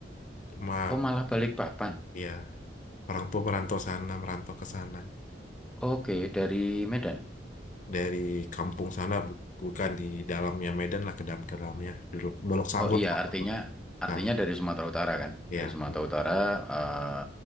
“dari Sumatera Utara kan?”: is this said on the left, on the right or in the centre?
Centre